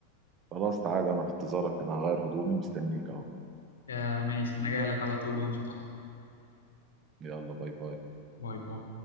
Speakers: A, on the right; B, on the left.
A: خلاص تعالى انا في انتظارك انا هغير هدومي ومستنيك اهو
B: آه ماشي انا جاي لك على طول هو مش هتاخر
A: يلا باي باي
B: باي باي